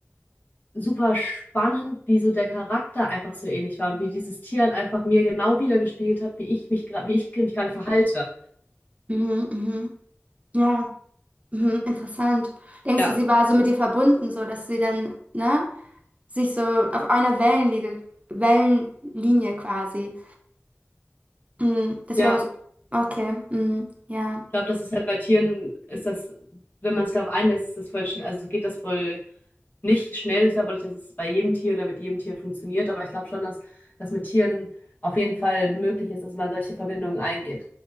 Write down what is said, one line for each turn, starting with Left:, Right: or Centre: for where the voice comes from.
Left: super spannend, wie so der Charakter einfach so ähnlich war und wie dieses Tier halt einfach mir genau wiedergespiegelt hat, wie ich mich gerade, wie ich mich gerade verhalte.
Right: Mhm. Mhm. Ja, mhm. Interessant. Denkst
Left: Ja,
Right: du, sie
Left: und
Right: war so mit dir verbunden, so dass sie dann, ne, sich so auf einer Wellenlinie, Wellenlinie quasi, mhm. dass
Left: ja,
Right: sie dann so, okay, mhm. Ja,
Left: ich glaube, das ist halt bei Tieren, ist das, wenn man sich darauf einlässt, ist das voll schnell, also geht das voll nicht schnell. Ich glaube auch nicht, dass es bei jedem Tier oder mit jedem Tier funktioniert, aber ich glaube schon, dass das mit Tieren auf jeden Fall möglich ist, dass man solche Verbindungen eingeht.